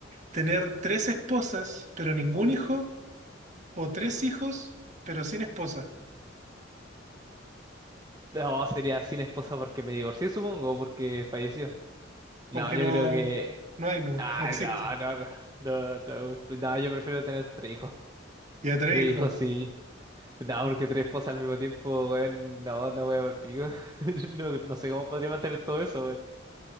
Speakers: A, on the right (about 35°); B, on the right (about 20°).
A: ¿Tener tres esposas pero ningún hijo? ¿O tres hijos pero sin esposa?
B: No, sería sin esposa porque me divorcié, supongo, porque falleció. No,
A: Porque
B: yo
A: no,
B: creo que...
A: no hay nomás,
B: Ah,
A: no existe.
B: no, no, no, no, no, no, yo prefiero tener tres hijos.
A: Ya tres
B: Tres
A: hijos,
B: hijos, sí. No, porque tres esposas al mismo tiempo, weón, no, la voy a pico. <laughs> No, no sé cómo podría mantener todo eso, weón.